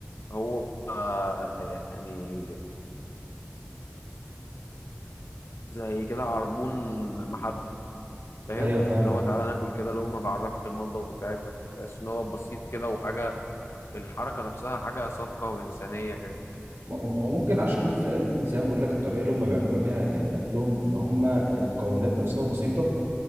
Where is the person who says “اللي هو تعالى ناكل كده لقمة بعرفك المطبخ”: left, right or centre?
Left